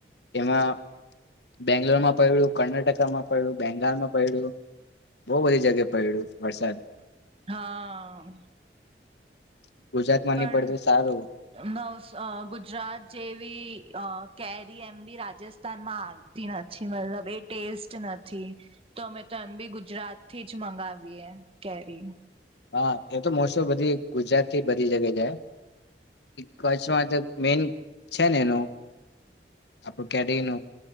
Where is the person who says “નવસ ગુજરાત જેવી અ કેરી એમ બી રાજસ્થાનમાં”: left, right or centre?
Right